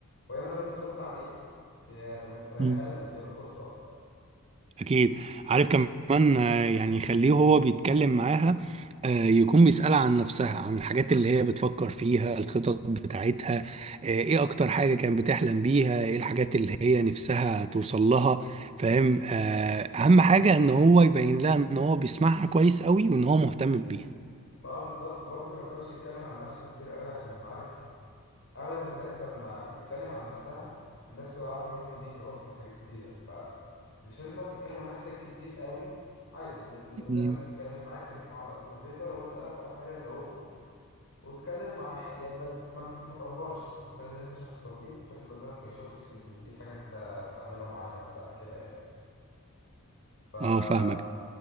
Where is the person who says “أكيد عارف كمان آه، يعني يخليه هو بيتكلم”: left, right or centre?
Right